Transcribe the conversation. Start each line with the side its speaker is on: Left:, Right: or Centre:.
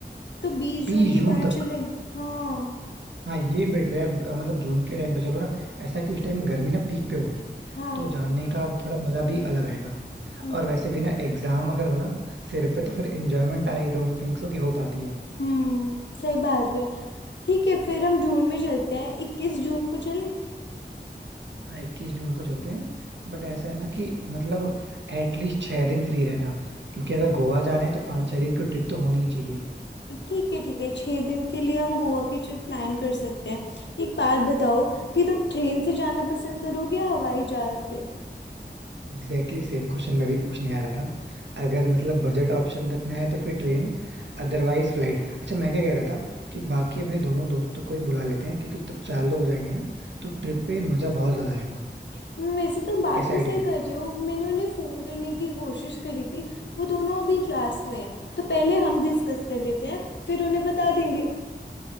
Left: तो बीस
Right: बीस
Left: जून के
Right: जून
Left: बाद
Right: तक
Left: चले हाँ
Right: हाँ ये बेटर है यार अ, मतलब जून के टाइम पे चलो ना ऐसा कि उस टाइम गर्मी ना पीक पे होगी
Left: हाँ
Right: तो जानने का थोड़ा मजा भी अलग आएगा
Left: हम्म
Right: और वैसे भी ना एग्जाम अगर हो ना सिर पे तो फिर enjoyment I don't think so कि हो पाती है
Left: हम्म, सही बात है ठीक है फिर हम जून में चलते हैं इक्कीस जून को चले
Right: हाँ, इक्कीस जून को चलते हैं बट ऐसा है ना कि मतलब एटलीस्ट छह दिन फ्री रहना क्योंकि अगर गोवा जा रहे हैं तो पाँच छह दिन की ट्रिप तो होनी ही चाहिए
Left: ठीक है ठीक है छह दिन के लिए हम गोवा की ट्रिप प्लान कर सकते हैं एक बात बताओ कि तुम ट्रेन से जाना पसंद करोगे या हवाई जहाज से
Right: एग्जैक्टली सेम क्वेश्चन मैं भी पूछने आ रहा था अगर मतलब बजट ऑप्शन रखना है तो फिर ट्रेन अदरवाइज फ्लाइट अच्छा मैं क्या कह रहा था कि बाकी अपने दोनों दोस्तों को ही बुला लेते हैं क्योंकि तब चार लोग हो जाएंगे ना तो ट्रिप पे मजा बहुत ज्यादा आएगा
Left: हम्म, वैसे तुम बात
Right: कैसा
Left: तो
Right: आइडिया
Left: सही कर रहे हो मैंने उन्हें फोन करने की कोशिश करी थी वो दोनों अभी क्लास में है तो पहले हम डिस्कस कर लेते हैं फिर उन्हें बता देंगे